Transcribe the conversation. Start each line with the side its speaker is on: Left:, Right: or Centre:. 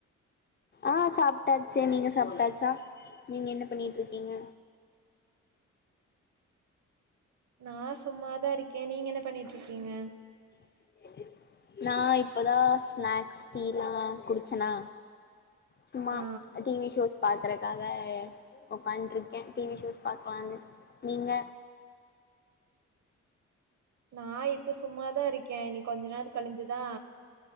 Left: ஆ சாப்டாச்சு நீங்க சாப்டாச்சா நீங்க என்ன பண்ணிட்ருக்கிங்க
Right: நா சும்மாதா இருக்கே நீங்க என்ன பண்ணிட்ருக்கீங்க
Left: <unintelligible> நா இப்பதா ஸ்நேக்ஸ் டீலா குடிச்சனா சும்மா
Right: ஆ
Left: டி வி ஷோஸ் பாக்குறக் காக ஒக்காண்ருக்கே டி வி ஷோஸ் பாக்கலானு நீங்க
Right: நா இப்ப சும்மாதா இருக்கே இனி கொஞ்ச நேரொ கழிஞ்சுதா